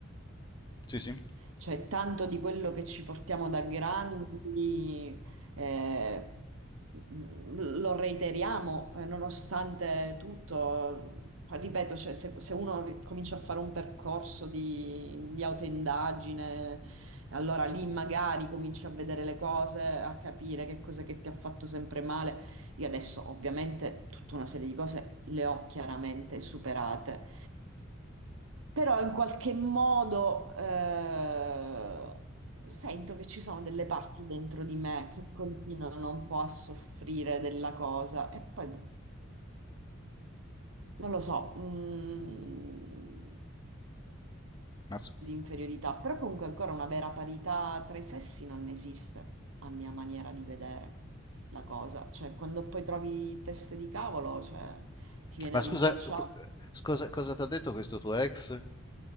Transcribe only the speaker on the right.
Cioè, tanto di quello che ci portiamo da grandi, eh, mm, lo reiteriamo, eh, nonostante tutto. Ripeto, cioè, se, se uno ri- comincia a fare un percorso di, di autoindagine, allora lì magari cominci a vedere le cose, a capire che cosa che ti ha fatto sempre male. Io adesso ovviamente tutta una serie di cose le ho chiaramente superate. Però in qualche modo eh, sento che ci sono delle parti dentro di me che continuano un po' a soffrire della cosa e poi boh, non lo so, mm,
l'inferiorità, però comunque ancora una vera parità tra i sessi non esiste, a mia maniera di vedere la cosa, cioè quando poi trovi teste di cavolo, cioè, ti viene
rinfacciato